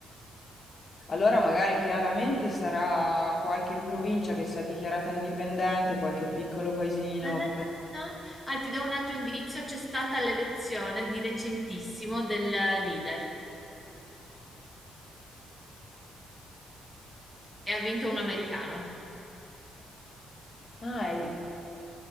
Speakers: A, on the left; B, in the centre.
A: Allora magari chiaramente sarà qualche provincia che si è dichiarata indipendente, qualche piccolo paesino.
B: No, no,
A: che-
B: no, no, no. Ah, ti do un altro indizio, c'è stata l'elezione di recentissimo del leader e ha vinto un americano.
A: Ah, è il-